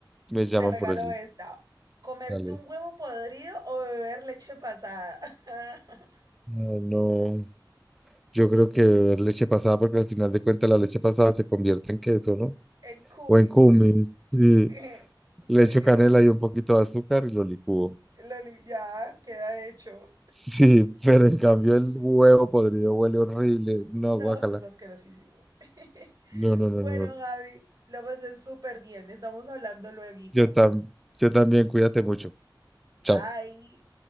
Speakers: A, in the centre; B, on the right (about 50°).
A: me llaman
B: Te regalo
A: por allí.
B: esta. ¿Comerte
A: Dale.
B: un huevo podrido o beber leche pasada? <laughs>
A: Ah, no. Yo creo que beber leche pasada, porque al final de cuentas la leche pasada se convierte en queso, ¿no?
B: en cumis.
A: O en cumis. Sí.
B: <laughs> Sí,
A: Le echo canela y un poquito de azúcar y lo licúo.
B: Loli, ya queda hecho.
A: <laughs> Sí, pero en cambio el huevo podrido huele horrible. No,
B: No,
A: guácala.
B: sos asquerosísimo. <laughs>
A: No, no,
B: bueno,
A: no, no. no.
B: Javi, lo pasé súper bien. Estamos hablando luego.
A: Yo, tam yo también, cuídate mucho.
B: Bye.
A: Chao.